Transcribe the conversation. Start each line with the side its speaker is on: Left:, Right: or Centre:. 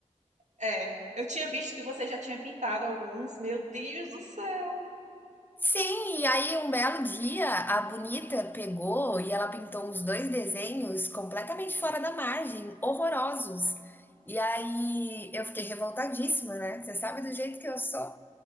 Right: é, eu tinha visto que você já tinha pintado alguns. Meu Deus do céu.
Left: Sim, e aí um belo dia a bonita pegou e ela pintou uns dois desenhos completamente fora da margem, horrorosos. E aí eu fiquei revoltadíssima, né? Você sabe do jeito que eu sou?